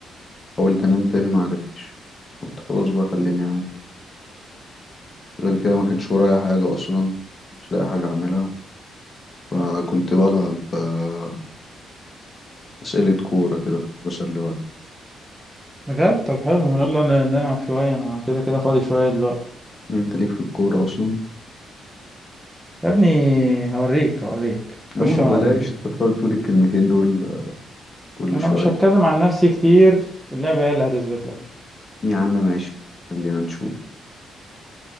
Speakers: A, on the left; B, in the centre.
A: حاولت انام تاني معرفتش قلت خلاص بقى خليني قاعد غير كده ما كانش ورايا حاجة اصلا مش لاقي حاجة اعملها فكنت بلعب آه، أسئلة كورة كده كنت بسلي وقت
B: بجد؟ طب حلو يلا ن- نلعب شوية انا كده كده فاضي شوية دلوقتي
A: أنت ليك في الكورة أصلا؟
B: يا ابني هوريك هوريك
A: يا
B: خش
A: عم
B: وانا
A: بلاش
B: اوريك
A: أنت بتقعد تقول الكلمتين دول آه، كل
B: انا
A: شوية
B: مش هتكلم عن نفسي كتير اللعبة هي اللي هتثبت لك
A: يا عم ماشي خلينا نشوف